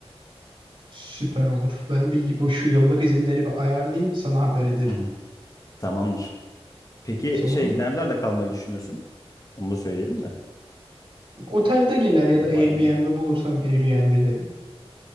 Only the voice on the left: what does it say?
Hı hı. Tamamdır. Peki
şey nerelerle kalmayı düşünüyorsun? Onu da söyleyelim de.
İyi
bakalım o